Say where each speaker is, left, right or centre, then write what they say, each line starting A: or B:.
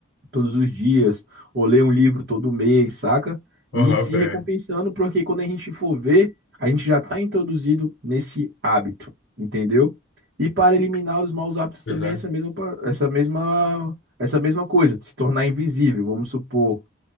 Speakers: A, on the right; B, on the left.
A: todos os dias, ou ler um livro todo mês, saca?
B: Aham,
A: E se
B: peguei.
A: recompensando, porque quando a gente for ver, a gente já está introduzido nesse hábito entendeu? E para eliminar os maus hábitos
B: Pois
A: também
B: é.
A: é essa mesma, pa- essa mesma, essa mesma coisa, se tornar invisível. Vamos supor,